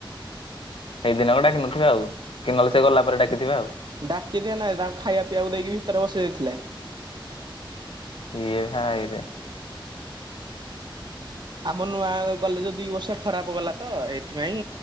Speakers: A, on the left (about 85°); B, on the right (about 55°).
A: ସେଇ ଦିନକ ଡାକି ନଥିବେ ଆଉ, କି ନହେଲେ ସେ ଗଲା ପରେ ଡାକିଥିବେ ଆଉ।
B: ଡାକି ଥିବେ ନାହିଁ ତାଙ୍କୁ ଖାଇଆ ପିଇବାକୁ ଦେଇକି ଭିତରେ ବସେଇ ଦେଇଥିଲେ।
A: ଇଏ ଭାଇରେ।
B: ଆମ ନୂଆ କଲେଜ ଦି ବର୍ଷ ଖରାପ ଗଲା ତ ଏଇଥିପାଇଁ